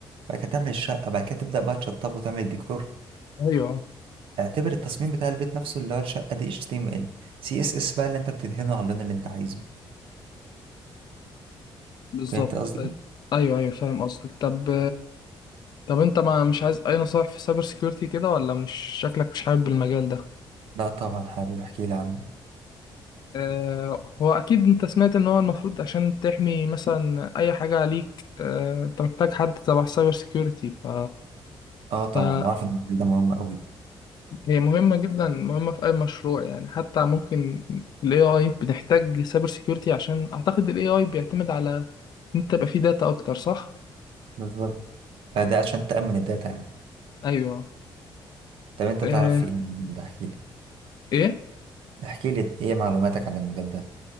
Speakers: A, on the right; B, on the left.
A: بعد كده تعمل الشقه بعد كده تبدا بقى تشطبه وتعمل الديكور
B: ايوه آه.
A: اعتبر التصميم بتاع البيت نفسه اللي هو الشقة دي HTML CSS بقى اللي انت بتدهنه على اللون اللي انت عايزه
B: بالظبط
A: فهمت قصدي؟
B: ايوه ايوه فاهم قصدك طب طب انت ما مش عايز اي نصائح في سايبر سيكيورتي كده ولا مش شكلك مش حابب المجال ده
A: لا طبعا حابب احكي لي عنه
B: اه هو اكيد انت سمعت ان هو المفروض عشان تحمي مثلا اي حاجة عليك اه انت محتاج حد تبع سايبر سيكيورتي ف
A: اه طبعا
B: فهي
A: وعارف ان الجيل ده مهم قوي
B: مهمة جدا مهمة في اي مشروع يعني حتى ممكن في الاي اي بنحتاج سايبر سيكيورتي عشان اعتقد الاي اي بيعتمد على ان انت يبقى فيه داتا اكتر صح
A: بالظبط فده عشان تأمن الداتا يعني
B: ايوه
A: طب انت
B: اه
A: تعرف في ايه من ده احكي لي
B: ايه
A: احكي لي ايه معلوماتك عن المجال ده